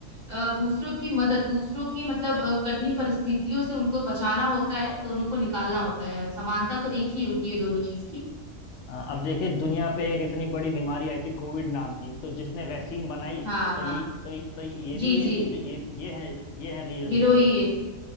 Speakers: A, on the right (about 35°); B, on the left (about 70°).
A: अ, दूसरों की मदद दूसरों की मतलब अ, कठिन परिस्थितियों से उनको बचाना होता है दोनों को निकालना होता है समानता तो एक
B: हाँ,
A: ही होती है दोनों चीज की
B: अब देखिए दुनिया पे एक इतनी बड़ी बीमारी आई थी कोविड नाम की तो जिसने वैक्सीन बनाई
A: हाँ
B: तो ये
A: हाँ
B: तो तो ये
A: जी
B: भी है
A: जी
B: कि ये ये है ये है रियल
A: हीरो
B: हीरोज
A: ही है